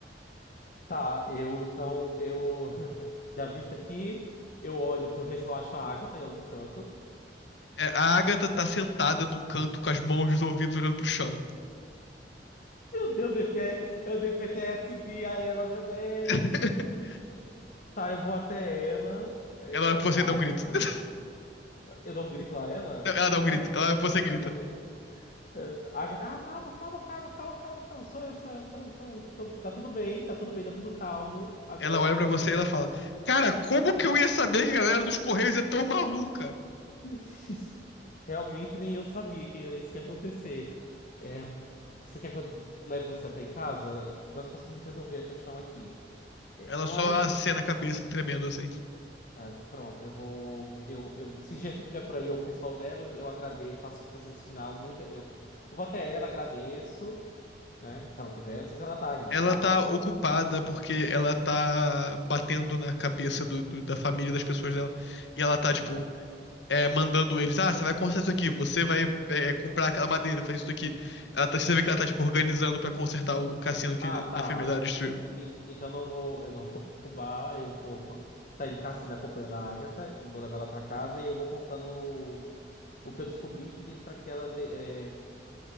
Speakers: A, on the left (about 50°); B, on the left (about 85°).
A: Tá, eu então, eu <laughs> já vi isso aqui. Eu olho pra ver se eu acho a Agatha em algum canto.
B: É, a Agatha tá sentada num canto com as mãos nos ouvidos olhando pro chão.
A: Meu Deus, eu dei, P- eu dei PTSD a ela, meu Deus.
B: <laughs>
A: Tá, eu vou até ela. aí
B: Ela
A: Eu olho
B: olha pra você
A: a
B: e dá um
A: Agatha.
B: grito. <laughs>
A: Eu dou um grito a ela.
B: Ela dá um grito.
A: Ai, não tô
B: Ela
A: com.
B: olha pra você e grita.
A: Ela dá um grito. É, tá. Agatha, ah, calma, calma, calma, calma, calma, calma. Sou eu, sou eu, sou eu, sou eu. Tô- Tá tudo bem, tá tudo bem, tá tudo calmo agora.
B: Ela olha pra você e ela fala: Cara, como que eu ia saber que a galera dos Correios é tão maluca?
A: <laughs> Realmente nem eu sabia que era isso que ia acontecer. É, você quer que eu leve você até em casa? Nós conseguimos resolver a questão aqui. É,
B: Ela
A: não
B: só
A: é um.
B: acena a cabeça, tremendo assim.
A: é, pronto, eu vou. Eu, eu, se Gertrude estiver por aí ou o pessoal dela, eu agradeço, faço tipo assim um sinal muito. Eu, eu vou até ela, agradeço, né? Se ela tiver, não sei se ela tá ainda,
B: Ela
A: tá?
B: tá ocupada porque ela tá batendo na cabeça do- do- da família das pessoas dela. E ela tá, tipo,
A: Ah, tá.
B: é, mandando eles, ah, você vai consertar isso aqui, você vai é, comprar aquela madeira, fazer isso aqui. Ela tá, você vê que ela tá, tipo, organizando pra consertar o cassino que
A: Ah, tá.
B: a enfermidade destruiu.
A: E- então não vou, eu não <laughs> vou perturbar, eu vou sair do cassino acompanhando a Agatha e vou levar ela pra casa e eu vou contando o, o que eu descobri, pedindo pra que ela dê- é,